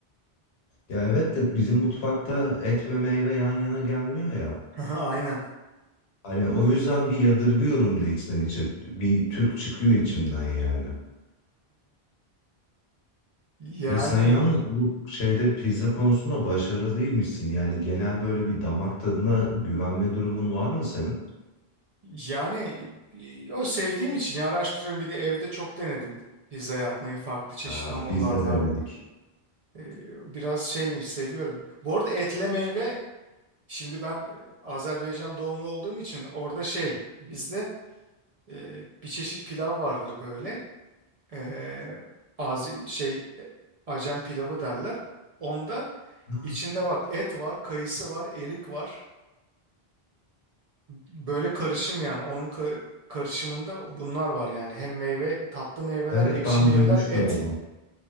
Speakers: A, on the left (about 85°); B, on the right (about 50°).
A: Ya evet de bizim mutfakta et ve meyve yan yana gelmiyor ya.
B: <laughs> Aynen.
A: Hani o yüzden bir yadırgıyorum da içten içe. Bir Türk çıkıyor içimden yani.
B: Yani
A: Ya sen yalnız bu şeyde pizza konusunda başarılıymışsın. Yani genel böyle bir damak tadına güvenme durumun var mı senin?
B: Yani e, o sevdiğim için ya araştırıyorum bir de evde çok denedim pizza yapmayı farklı çeşit
A: Ha,
B: hamurlarla
A: biz de denedik.
B: E, biraz şeymiş seviyorum. Bu arada etle meyve şimdi ben e, Azerbaycan doğumlu olduğum için orada şey bizde e, bir çeşit pilav vardır böyle e, az şey e, Acem pilavı derler. Onda
A: Ha,
B: içinde bak et var, kayısı var, erik var. Böyle karışım yani onun ka- karışımında bunlar var yani hem meyve tatlı meyveler
A: Evet
B: ekşi
A: ben
B: meyveler
A: duymuştum
B: et
A: onu.